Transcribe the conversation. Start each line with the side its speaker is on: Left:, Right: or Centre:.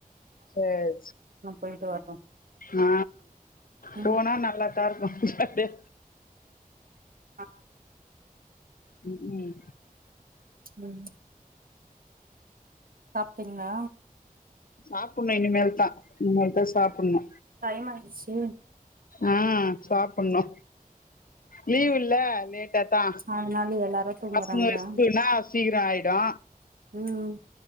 Left: சேரி,
Right: போயிட்டு வரோ
Left: ஆ
Right: ம்
Left: போனா நல்லா தா இருக்கு ஜாலியா
Right: ஆ
Left: ம், ம்
Right: ம்ஹூம் சாப்ட்டீங்ளா
Left: சாப்புட்ணு இனிமேல்தா இனிமேல்தா சாப்புட்ணு
Right: டையமாயிடுச்சி
Left: ஆ சாப்புட்ணு, லீவ் இல்ல லே ட்டதா
Right: அதனால எல்லாரு தூங்குறாங்களா
Left: பசங்க ஸ்கூலுன்னா சீக்கிர ஆயிடு
Right: ம்